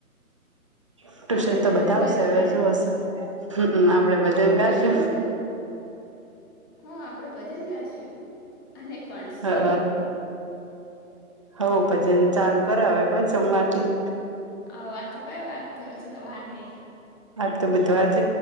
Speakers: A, on the right; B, on the left.
A: ટુશન
B: આપણે ભજન
A: તો બતાવશે
B: ગની
A: હવે
B: ભણે
A: જો હશે આપડે વજન
B: આપણે
A: ગાશે
B: ભજન હા આપડ ભજન ગાશું અને ભણશે
A: હ હો પછન ચાલુ કરાવવ કો સોમવારથી
B: હ આ તો કઈ વાર થ હછુ તો વાર હે
A: આ તો બીધવા